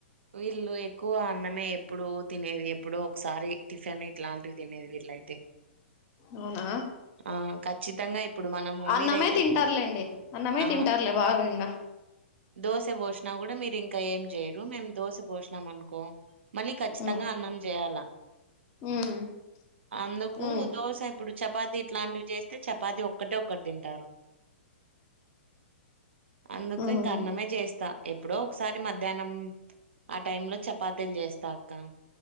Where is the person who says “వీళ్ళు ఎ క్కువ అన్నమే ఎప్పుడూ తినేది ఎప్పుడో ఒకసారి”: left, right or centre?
Right